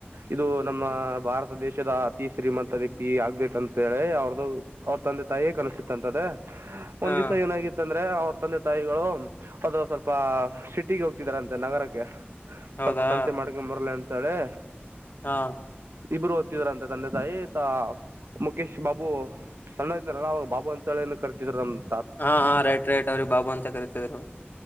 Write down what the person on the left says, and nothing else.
ಹಾ
ಹೌದಾ
ಹಾ
ಹಾ ಹಾ ರೈಟ್ ರೈಟ್ ಅವ್ರಿ ಬಾಬು ಅಂತ ಕರತಿದ್ರು